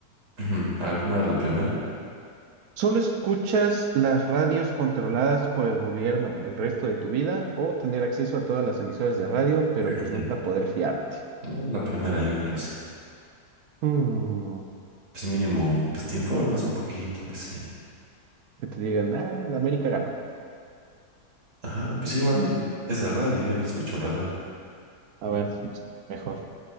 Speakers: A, on the right; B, on the right.
A: <clears throat> a ver cómo era la primera.
B: ¿Solo escuchas las radios controladas por el gobierno el resto de tu vida o tener acceso a todas las emisoras de radio, pero
A: <clears throat> Ujú.
B: pues nunca poder fiarte?
A: No, La primera, yo creo, sí.
B: Mm,
A: Pues mínimo, pues te informas un poquito, aunque sea.
B: que te digan, ah, la América ganó.
A: Ajá, pues igual es de radio, yo ni escucho la radio.
B: A ver, mejor.